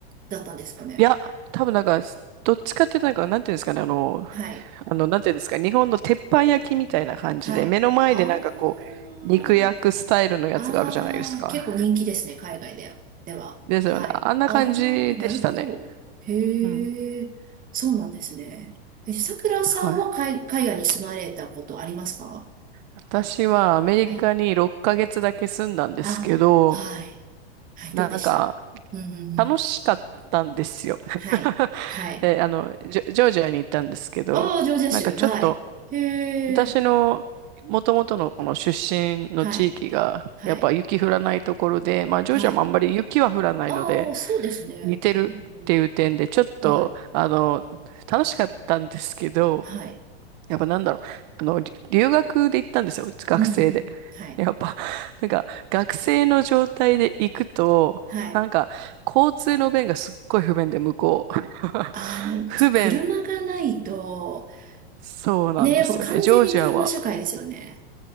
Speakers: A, on the right; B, on the right.
A: だったんですかね。
B: いや、多分なんか、どっちかっていうとなんか、なんていうんですかね、あの、
A: はい。
B: あの、なんていうんですか、日本の鉄板焼きみたいな感じで、
A: はい。
B: 目の前でなんかこう、
A: ああ、
B: 肉焼くスタイルのやつがあるじゃないですか。
A: ああ、結構人気ですね、海外では。では。
B: ですよね。
A: はい。
B: あんな感じでしたね。
A: ああ、なるほど。へえ、
B: うん。
A: そうなんですね。え、さくらさんは海、
B: はい。
A: 海外に住まれたことありますか
B: 私はアメリカに6ヶ月だけ住んだんですけど、
A: はい。あ、はい。はい、
B: なんか、
A: どうでしたうんうんうん。
B: 楽しかったんですよ。
A: はい。
B: <laughs>
A: はい。
B: で、あの、ジョ、ジョージアに行ったんですけど、
A: ああ、ジョージア州。
B: なんかちょっと、
A: はい。へえ、
B: 私の元々のこの出身の地域が、
A: はい。はい。
B: やっぱ雪降らないところで、まあ、ジョージアもあんまり雪は降らないので、
A: はい。ああ、そうですね。
B: 似てるっていう点で、
A: うんうん、
B: ちょっと、
A: はい。
B: あの、楽しかったんですけど、
A: はい。
B: やっぱなんだろう。あの、り留学で行ったんですよ。学生で。
A: うんうん。はい。
B: <laughs> でやっぱ、なんか、学生の状態で行くと、
A: はい。
B: なんか、交通の便がすっごい不便で、向こう。<laughs>
A: あの、
B: 不便、
A: そう、車がないと、
B: そうなんですよね。
A: ね、やっぱ完全に車社会ですよね。
B: ジョージアは。